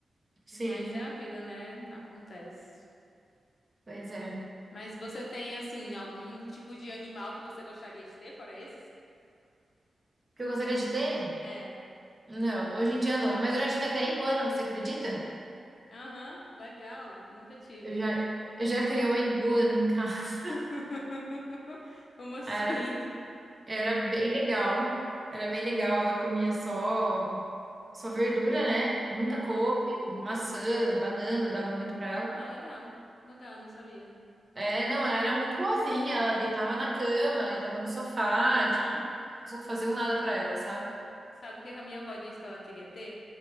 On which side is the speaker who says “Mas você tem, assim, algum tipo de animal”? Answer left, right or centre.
Left